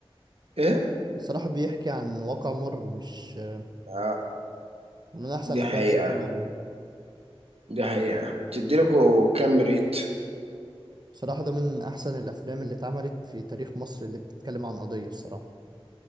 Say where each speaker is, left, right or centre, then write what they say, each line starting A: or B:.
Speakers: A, on the right; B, on the right.
A: ايه
B: بصراحه بيحكي عن واقع مر مش آه،
A: آه،
B: من احسن
A: دي
B: الافلام
A: حقيقة
B: بصراحه اللي عملها
A: دي حقيقة تديلكوا كام ريت
B: بصراحه ده من احسن الافلام اللي اتعملت في تاريخ مصر اللي بتتكلم عن قضيه الصراحه